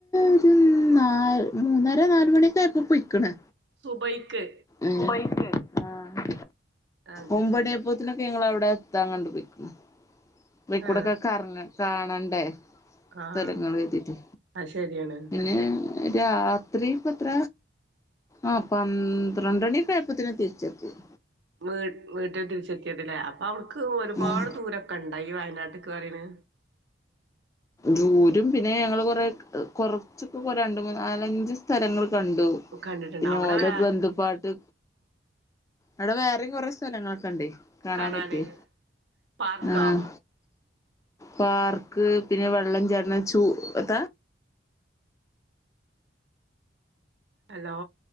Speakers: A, on the left; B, on the right.
A: ഒരു നാല് മൂന്നര നാലുമണിയൊക്കെ ആയപ്പോ പൊയ്ക്ക്‌ണ്.
B: സുബയ്ക്ക്
A: ഉം ആഹ്
B: അത്
A: ഒമ്പണി
B: ശരി
A: ആയപ്പോത്തിനൊ ക്കെ ഞങ്ങളവിടെ എത്താൻ കണ്ടു പോയ്ക്ക്ണു‌ അത് കുടൊക്കെ
B: ആഹ്
A: കറങ്ങ കാണണ്ടേ?
B: ആഹ്
A: സ്ഥലങ്ങള് കര്തിട്ടെ
B: അത് ശരിയാണ്
A: പിന്നെ രാത്രി ഇപ്പത്ര ആഹ് പന്ത്രണ്ടണിയെക്കെ ആയപ്പോത്തിന് തിരിച്ചെത്തിണ്
B: വീ വീട്ടിൽ തിരിച്ചെത്തിയത് ല്ലേ? അപ്പൊ അവ്ട്ക്ക് ഒരുപാട്
A: ഉം
B: ദൂരൊക്കെണ്ടാ ഈ വയനാട്ട്ക്ക് പറയിണെ?
A: ദൂരും പിന്നെ ഞങ്ങള് കൊറെ കൊറച്ചൊക്കെ രണ്ട് മൂന്നാലഞ്ച് സ്ഥലങ്ങൾ കണ്ടു
B: കണ്ടിട്ടുണ്ട്
A: പിന്നെ
B: അവിടെ
A: ഓലെ
B: വേ
A: ബന്ധു പാട്ട് അവ്ടെ വേറിം കൊറേ സ്ഥലങ്ങളൊക്കെ ഇണ്ടേയ് കാണാൻ
B: കാണാന്
A: പറ്റിയെ
B: പാർക്കോ
A: ആഹ് പാർക്ക് പിന്നെ വെള്ളം ചാട്ണ ചൂ എത്താ-
B: ഹലോ